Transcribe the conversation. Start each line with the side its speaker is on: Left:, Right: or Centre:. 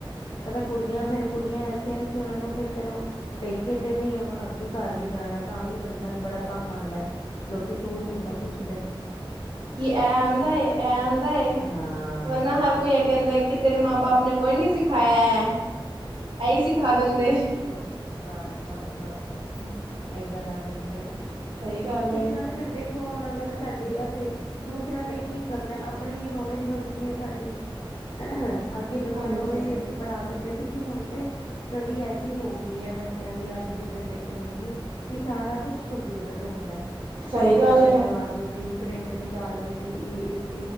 Left: ਪਤਾ ਕੁੜੀਆਂ ਫੇਰ ਕੁੜੀਆਂ ਐਸੀਆਂ ਨੇ ਕਿ ਓਨਾਂ ਨੂੰ ਫਿਰ ਚਲੋ। ਪੇਕੇ ਤੇ ਨਹੀਂ ਓਨੂੰ ਅੱਗੇ ਘਰ ਵੀ ਜਾਣਾ ਤਾਂ ਵੀ ਬੰਦੇ ਨੂੰ ਬੜਾ ਕੰਮ ਆਂਦਾ। ਲੋਕੀ ਸੌ ਚੀਜ਼ਾਂ ਪੁੱਛਦੇ ਨੇ,
Right: ਕੀ ਐ ਆਂਦਾ ਐ ਆਂਦਾ ਏ
Left: ਹਾਂ,
Right: ਵਰਨਾ ਹਰ ਕੋਈ ਐ ਕੈਂਦਾ ਕਿ ਤੇਰੇ ਮਾਂ ਬਾਪ ਨੇ ਕੋਈ ਨੀ ਸਿਖਾਇਆ ਹੈ ਇਹੀ ਸਿਖਾ ਦਿੰਦੇ।
Left: ਅੱਛਾ ਬਸ ਬਸ ਬਸ ਬਸ ਇਹੀ ਗੱਲ ਆ ਜਾਂਦੀ ਹੈ ਨਾ।
Right: ਸਹੀ ਗੱਲ
Left: ਕੁਛ
Right: ਏ
Left: ਨਾਲੇ ਫਿਰ ਦੇਖੋ ਹੁਣ ਅਗਰ ਸਾਡੀ ਅਜ ਦੂਸਰਿਆਂ ਲਈ ਕੀ ਕਰਨਾ ਆਪਣੀ ਨੌਲੇਜ ਵੱਦਦੀ ਹੈ ਸਾਡੀ। ਅ ਅੱਗੇ ਬੱਚਿਆਂ
Right: ਹਾਂਜੀ
Left: ਨੂੰ ਵੀ ਅਸੀਂ ਪੜ੍ਹਾ ਸਕਦਾ, ਕਿਉਂਕਿ ਹੁਣ ਤੇ ਸਟੱਡੀ ਐਸੀ ਹੋ ਗਈ। ਹੈ ਬੱਚਿਆਂ ਦੀ ਅੱਜ ਦੀ ਜਨਰੇਸ਼ਨ ਦੀ ਕਿ ਸਾਰਾ ਕੁਛ ਕੰਪਿਊਟਰ ਤੇ ਹੁੰਦਾ।
Right: ਸਹੀ
Left: ਪ੍ਰਿੰਟਰ
Right: ਗੱਲ
Left: ਨਿਕਲਵਾ
Right: ਏ
Left: ਦੋ ਜੀ ਪ੍ਰਿੰਟ ਨਿਕਾਲ ਦੋ ਜੀ ਇਸ